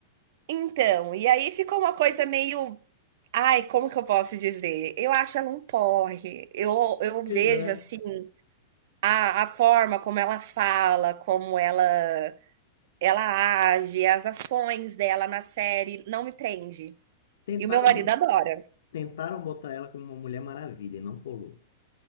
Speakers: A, on the right (about 65°); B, on the left (about 80°).
A: Então, e aí ficou uma coisa meio Ai, como que eu posso dizer? Eu acho ela um porre. Eu, eu
B: Pois
A: vejo,
B: é.
A: assim, a, a forma como ela fala, como ela, ela age, as ações dela na série, não me prende.
B: Tentaram,
A: E o meu marido
B: bo-
A: adora.
B: tentaram botar ela como uma Mulher Maravilha, e não colou.